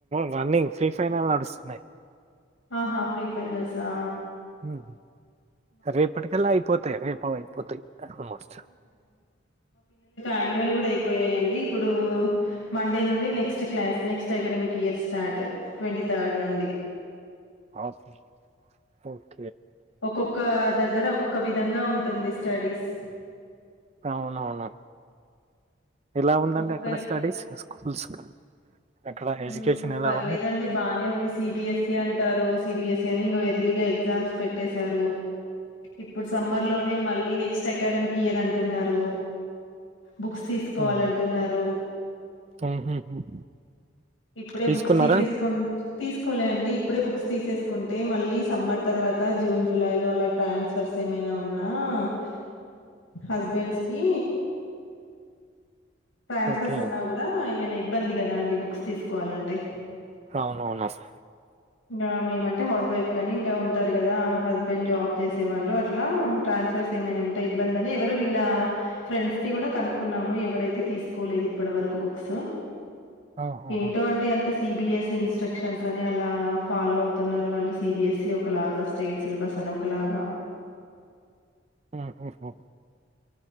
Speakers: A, on the right (about 35°); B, on the left (about 85°).
A: రన్నింగ్ ఫ్రీ ఫైనల్ నడుస్తున్నాయి
B: ఆహా ఫ్రీ ఫైనల్స్ ఆ
A: ఉమ్. రేపటికల్లా అయిపోతాయి రేపు అయిపోతాయి ఆల్మోస్ట్
B: ఆన్యువల్ కూడా అయిపోయాయిండి ఇప్పుడు మండే నుండి next class next academic year start అటు ట్వంటీ థర్డ్ నుండి
A: అస్ పోయి
B: ఒక్కొక్క దగ్గర ఒక్కొక్క విధంగా ఉంటుంది స్టడీస్
A: అవునవును ఎలా ఉందండి
B: ఒక్కొక్క
A: అక్కడ స్టడీస్ స్కూల్స్ అక్కడ ఎడ్యుకేషన్
B: ఉమ్
A: ఎలా
B: పర్లేదండి
A: ఉంది
B: బాగానే ఉంది సిబిఎస్సి అంటారు సిబిఎస్ యని ఇగ ఎర్లీగా ఎగ్జామ్స్ పెట్టెసారు. ఇప్పుడు సమ్మర్ లోనే మళ్ళీ నెస్ట్ అకాడమిక్ ఇయర్ అంటున్నారు. బుక్స్ తీసుకోవాలంటున్నారు.
A: ఉమ్, ఉమ్, ఉమ్, ఉమ్.
B: ఇప్పుడే
A: తీసుకున్నారా
B: బుక్స్ తీసేసుకోన్ తీసుకోలే అండి ఇప్పుడే బుక్స్ తీసేసుకుంటే మళ్ళీ సమ్మర్ తర్వాత జూన్ జులై లో అలా ట్రాన్స్ఫర్స్ ఏమైనా ఉన్నా మ్ హస్బెండ్స్ కి ట్రాన్స్ఫర్స్
A: ఓకే
B: ఉన్నా కూడా ఏమైనా ఇబ్బంది గదా అండి బుక్స్ తీసుకోవాలంటే
A: రౌవునవును నస్
B: బా మేమంటే హౌస్ వైఫ్ గాని ఇంగా ఉంటారు గదా హస్బెండ్ జాబ్ చేసే వాళ్ళు అట్లా ట్రాన్ ట్రాన్స్ఫర్స్ ఏమైనా ఉంటే ఇబ్బంది ఎవరు వీల్ల ఫ్రెండ్స్ ని గూడా కనుకున్నాం ఎవరైతే తీసుకోలేదు ఇప్పటి వరకు బుక్స్
A: ఆహాహా.
B: ఏంటో అండి అంత సిబిఎస్సి ఇన్స్ట్రక్షన్స్ అని అలా ఫాలో అవుతున్నారు వాళ్ళు సిబిఎస్ఈ ఒకలాగా స్టేట్ సిలబస్ ఒకలాగా
A: అ హో హో